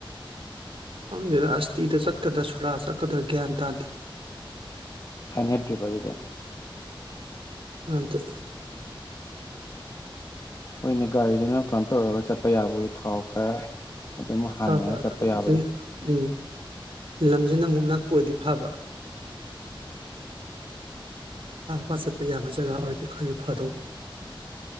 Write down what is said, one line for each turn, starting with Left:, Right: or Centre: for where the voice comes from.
Right: ꯈꯪꯗꯦꯗ ꯑꯁꯇꯤꯗ ꯆꯠꯀꯗ꯭ꯔꯥ ꯁꯣꯔꯥ ꯆꯠꯀꯗ꯭ꯔꯥ ꯒ꯭ꯌꯥꯟ ꯇꯥꯗꯦ
Left: ꯍꯥꯏꯅꯦ ꯇ꯭ꯔꯤꯞ ꯑꯗꯨꯗꯤ
Right: ꯠꯇ
Left: ꯍꯅꯦ ꯒꯥꯔꯤꯗꯨꯅ ꯀꯩꯅꯣ ꯇꯧꯔꯒ ꯆꯠꯄ ꯌꯥꯕꯒꯤ ꯊꯥꯎ ꯈꯔ ꯑꯗꯨꯝ ꯍꯥꯟꯅꯔ
Right: ꯐꯕ ꯑꯗꯨꯗꯤ
Left: ꯆꯠꯄ ꯌꯥꯕꯗꯣ
Right: ꯎꯝ ꯂꯝꯁꯤꯅ ꯑꯃꯨꯛ ꯅꯛꯄ ꯑꯣꯏꯗꯤ ꯐꯥꯕ ꯃꯥ ꯆꯠꯄ ꯌꯥꯕ ꯖꯒꯥ ꯑꯣꯏꯔꯗꯤ ꯈꯔꯁꯨ ꯐꯗꯧꯕ